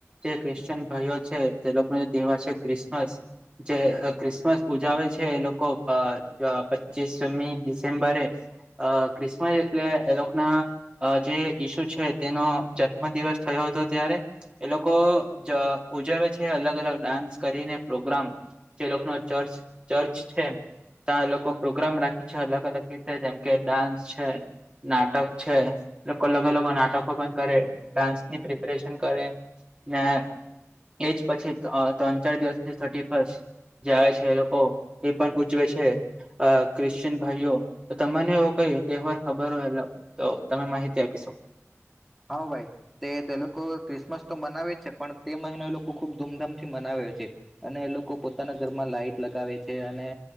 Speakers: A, on the right (about 20°); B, in the centre.
A: જે ક્રિશ્ચયન ભાઈઓ છે. તે લોકોનો તહેવાર છે ક્રિસમસ. જે ક્રિસમસ ઉજાવે છે એ લોકો પચીસ મી ડિસેમ્બરે. અ ક્રિસમસ એટલે એ લોકના જે ઈસુ છે તેનો જન્મ દિવસ થયો હતો ત્યારે એ લોકો જ ઉજવે છે અલગ અલગ ડાન્સ કરીને પ્રોગ્રામ જે લોકો ન ચર્ચ ચર્ચ છે. ત્યાં એ લોકો પ્રોગ્રામ રાખે છે અલગ અલગ રીતે જેમ કે ડાન્સ છે, નાટક છે. લોકો અલગ અલગ નાટકો પણ કરે ડાન્સ ની પ્રિપરેશન કરે ને એજ પછી ત્રણ ચાર દિવસથી થર્ટી ફસ્ટ જાય છે એ લોકો એ પણ પૂજવે છે. અ ક્રિશ્ચયન ભાઈઓ તો તમને એવો કોઈ તહેવાર ખબર હો તો તમે માહિતી ત્યાખીશો
B: હા ભાઈ તે તે લોકો ક્રિસમસ તો મનાવે છે પણ તે મહિનો એ લોકો ખુબ ધૂમધામથી મનાવે છે. અને એ લોકો પોતાના ઘરમાં લાઈટ લગાવે છે અને